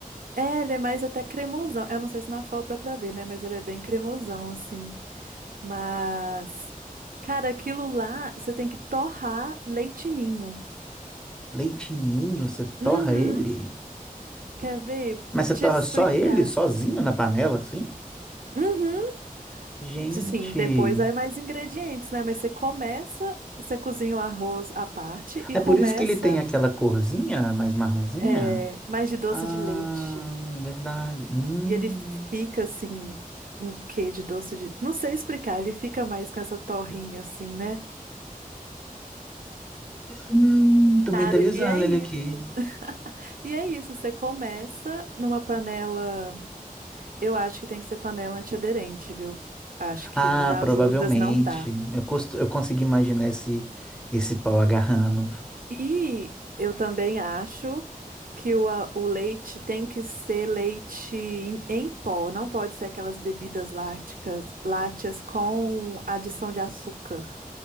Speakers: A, on the right; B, in the centre.
A: É, ele é mais até cremosão. Eu não sei se na foto dá pra ver, né? Mas ele é bem cremosão, assim. Mas, cara, aquilo lá, você tem que torrar leitinho.
B: Leitinho, você torra
A: Uhum.
B: ele?
A: Quer ver?
B: Mas você
A: Te
B: torra
A: explicar.
B: só ele, sozinho na panela, assim?
A: Uhum.
B: Gente,
A: Sim, depois vai mais ingredientes, né? Mas você começa, você cozinha o arroz à parte e
B: é
A: começa
B: por isso que ele tem aquela corzinha mais marronzinha?
A: é, mais de doce
B: Ah,
A: de leite.
B: verdade. Hum.
A: E ele fica assim, um quê de doce de. Não sei explicar, ele fica mais com essa torrinha assim, né?
B: Hum, tô mentalizando
A: Cara, e é isso.
B: ele aqui.
A: E é isso, você começa numa panela. Eu acho que tem que ser panela antiaderente, viu? Acho que
B: Ah,
A: das
B: provavelmente.
A: outras não dá.
B: Eu, costo, eu consegui imaginar esse, esse pau agarrando.
A: E eu também acho que o, a- o leite tem que ser leite em, em pó, não pode ser aquelas bebidas lácticas, lácteas com adição de açúcar.